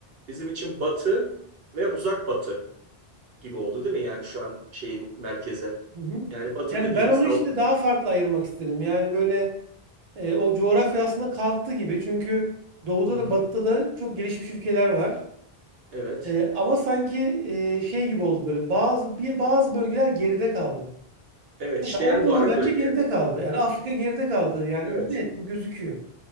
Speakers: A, on the right; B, on the right.
A: Bizim için Batı ve Uzak Batı gibi oldu değil mi? Yani şu an şeyin merkeze.
B: Hı hı.
A: Yani Batı
B: Yani
A: dediğimiz
B: ben onu
A: Av-
B: işte daha farklı ayırmak istedim. Yani böyle eee, o coğrafya aslında kalktı gibi. Çünkü Doğu'da
A: Hı hı,
B: da Batı'da da çok gelişmiş ülkeler var.
A: evet.
B: Ee, ama sanki e, şey gibi oldu böyle bazı bir bazı bölgeler geride kaldı.
A: Evet
B: Mesela
A: işte
B: Orta
A: yani bu
B: Doğu
A: ara
B: bence
A: bölge.
B: geride kaldı. Yani Afrika geride kaldı. Yani
A: Evet.
B: net bu gözüküyor.